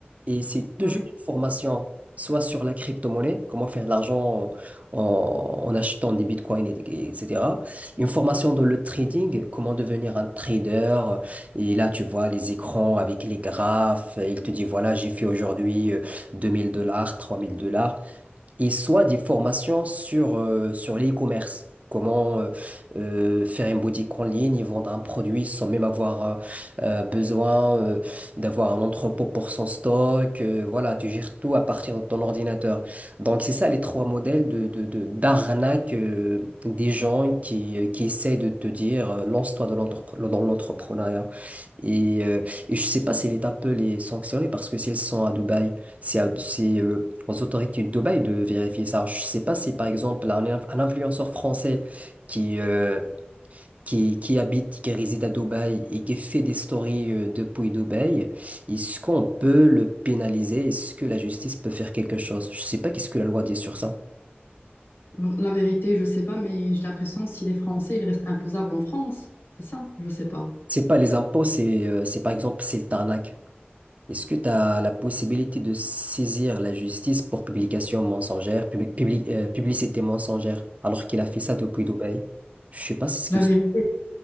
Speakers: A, on the right; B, on the left.
A: Et c'est toujours
B: Bah oui.
A: une formation, soit sur la crypto-monnaie, comment faire de l'argent en, en- achetant des bitcoins, et- et- etc. Une formation dans le trading, comment devenir un trader. Et là, tu vois les écrans avec les graphes. Il te dit, voilà, j'ai fait aujourd'hui euh, 2000 dollars, 3000 dollars et soit des formations sur, euh, sur l'e-commerce. Comment euh, euh, faire une boutique en ligne et vendre un produit sans même avoir euh, euh, besoin euh, d'avoir un entrepôt pour son stock. euh, voilà, tu gères tout à partir de ton ordinateur. Donc, c'est ça les trois modèles de, de, de- d'arnaque euh, des gens qui, euh, qui essaient de te dire euh, lance-toi dans l'entrepre- dans l'entrepreneuriat. Et, euh, et je sais pas si l'État peut les sanctionner parce que s'ils sont à Dubaï, c'est à- c'est, euh, aux autorités de Dubaï de vérifier ça. Je ne sais pas si, par exemple, un, inf- un influenceur français qui, euh, qui, qui habite, qui réside à Dubaï et qui fait des stories euh, depuis Dubaï, est-ce qu'on peut le pénaliser? Est-ce que la justice peut faire quelque chose? Je ne sais pas qu'est-ce que la loi dit sur ça.
B: Bon, La vérité, je sais pas, mais j'ai l'impression si les Français, ils restent imposables en France. C'est ça, je sais pas.
A: C'est pas les impôts, c'est euh, c'est par exemple, c'est le tarnac. Est-ce que tu as la possibilité de saisir la justice pour publication mensongère, publi- publi- euh, publicité mensongère, alors qu'il a fait ça depuis Dubaï? Je sais pas si c'est
B: La
A: ce que c'est.
B: vérité.